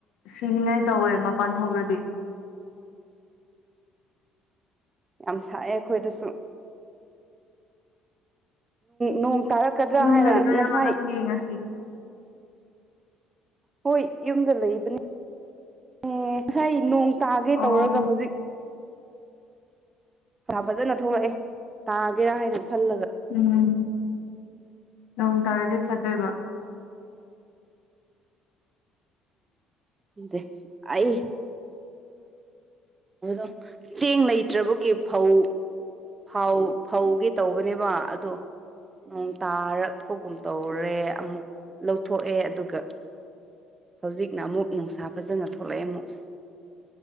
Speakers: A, on the left; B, on the right.
A: ꯁꯤꯅꯤꯉꯥꯏ ꯇꯧꯋꯦ ꯃꯄꯥꯟ ꯊꯣꯛꯂꯗꯤ
B: ꯌꯥꯝ ꯁꯛꯑꯦ ꯑꯩꯈꯣꯏꯗꯁꯨ ꯅꯣꯡ ꯇꯥꯔꯛꯀꯗ꯭ꯔꯥ
A: ꯌꯨꯝ
B: ꯍꯥꯏꯅ
A: ꯂꯩꯗꯣꯏꯔꯣ
B: ꯉꯁꯥꯏ
A: ꯅꯪꯗꯤ ꯉꯁꯤ
B: ꯍꯣꯏ ꯌꯨꯝꯗ ꯂꯩꯕꯅꯤ ꯑꯦ ꯉꯁꯥꯏ ꯅꯣꯡ ꯇꯥꯒꯦ ꯇꯧꯔꯒ
A: ꯑꯣ
B: ꯍꯧꯖꯤꯛ ꯐꯖꯅ ꯊꯣꯛꯂꯛꯑꯦ ꯇꯥꯒꯦꯔꯥ ꯍꯥꯏꯅ ꯈꯜꯂꯒ
A: ꯎꯝ ꯅꯣꯡ ꯇꯥꯔꯗꯤ ꯐꯠꯇꯣꯏꯕ
B: ꯑꯗ ꯑꯩ ꯣ ꯆꯦꯡ ꯂꯩꯇ꯭ꯔꯕꯒꯤ ꯐꯧ ꯐ ꯐꯧꯒꯤ ꯇꯧꯕꯅꯦꯕ ꯑꯗꯣ ꯅꯣꯡ ꯇꯥꯔꯛꯄꯒꯨꯝ ꯇꯧꯔꯦ ꯑꯃꯨꯛ ꯂꯧꯊꯣꯛꯑꯦ ꯑꯗꯨꯒ ꯍꯧꯖꯤꯛꯅ ꯑꯃꯨꯛ ꯅꯨꯡꯁꯥ ꯐꯖꯅ ꯊꯣꯛꯂꯛꯑꯦ ꯑꯃꯨꯛ